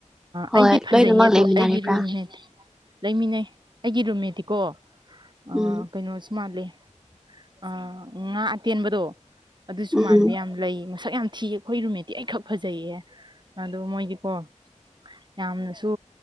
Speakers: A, in the centre; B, on the right.
A: ꯍꯣꯏ
B: ꯑꯩꯗꯤ ꯐꯖꯩꯌꯦ
A: ꯂꯣꯏꯅꯃꯛ
B: ꯑꯗꯣ
A: ꯂꯩꯃꯤꯟꯅꯔꯤꯕ꯭ꯔꯥ
B: ꯑꯩꯒꯤ ꯔꯨꯝꯃꯦꯠ ꯂꯩꯃꯤꯟꯅꯩ ꯑꯩꯒꯤ ꯔꯨꯝꯃꯦꯠꯇꯤꯀꯣ ꯑꯥ
A: ꯎꯝ
B: ꯀꯩꯅꯣ ꯁꯨ ꯃꯥꯜꯂꯦ ꯑ ꯉꯥ ꯑꯇꯦꯟꯕꯗꯣ ꯑꯗꯨꯁꯨ
A: ꯎꯝ
B: ꯃꯥꯟꯕ ꯌꯥꯝ ꯂꯩ ꯃꯁꯛ ꯌꯥꯝ ꯊꯤ ꯑꯩꯈꯣꯏ ꯔꯨꯃꯤꯠꯇꯤ ꯑꯩ ꯈꯛ ꯐꯖꯩꯌꯦ ꯑꯗꯨꯒ ꯃꯣꯏꯗꯤꯀꯣ ꯌꯥꯝꯅꯁꯨ